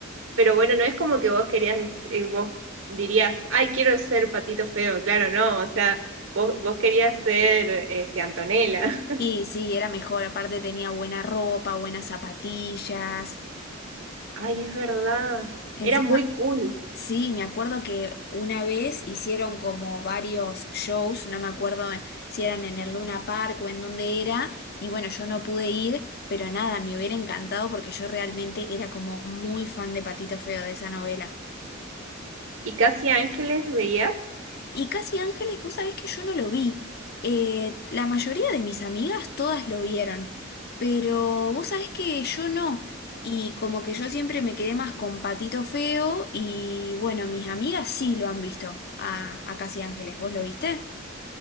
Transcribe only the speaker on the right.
Pero bueno, no es como que vos querías, dec- eh, vos dirías, ay, quiero ser Patito Feo. Claro, no, o sea, vos, vos querías ser este, Antonella. <laughs>
Ay, es verdad.
Era muy cool.
¿Y Casi Ángeles veías?